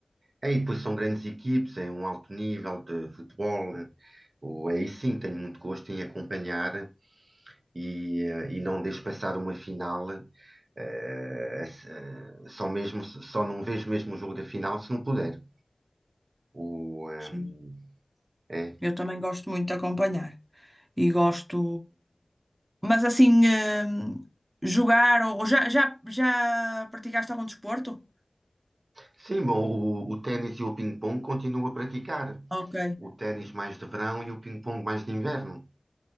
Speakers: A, on the right; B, on the right.
A: É, e depois são grandes equipes, é um alto nível de futebol. O- Aí sim, tenho muito gosto em acompanhar e, eh, e não deixo passar uma final, eh, s- eh, só mesmo, só não vejo mesmo o jogo da final se não puder. O, ehm,
B: Sim.
A: é.
B: Eu também gosto muito de acompanhar. e gosto. Mas assim, eh, jogar ou ou já, já, já praticaste algum desporto?
A: Sim, bom, o, o ténis e o ping-pong continuo a praticar.
B: Ok,
A: O ténis mais de verão e o ping-pong mais de inverno.